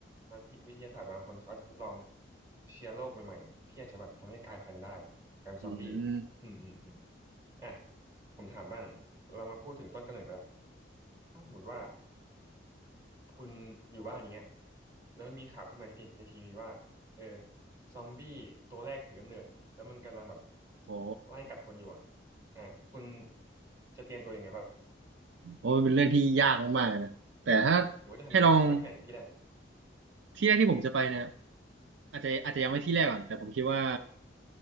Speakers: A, on the right; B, on the right.
A: นักวิทยาศาสตร์บางคนเขาอาจจะทดลองเชื้อโรคใหม่ๆที่อาจจะแบบทำให้กลายพันธุ์ได้กลายเป็นซอมบี้
B: อืม
A: อืมอืมอืมอ่ะผมถามบ้างเรามาพูดถึงต้นกำเนิดไปละถ้าสมมติว่า คุณอยู่บ้านอย่างเงี้ยแล้วมีข่าวขึ้นมาในทีในทีวีว่าเออซอมบี้ตัวแรกถือกำเนิดแล้วมันกำลังแบบ
B: โห
A: ไล่กัดคนอยู่อ่ะอ่าคุณจะเตรียมตัวยังไงบ้าง
B: โหเป็นเรื่องที่ยากมากๆเลยนะแต่ถ้า
A: หรือว่าจะทำยังไงหรือจะไปที่ไหนเป็นที่แรก
B: ให้ลองที่แรกที่ผมจะไปเนี่ย อาจจะอาจจะยังไม่ที่แรกก่อนแต่ผมคิดว่า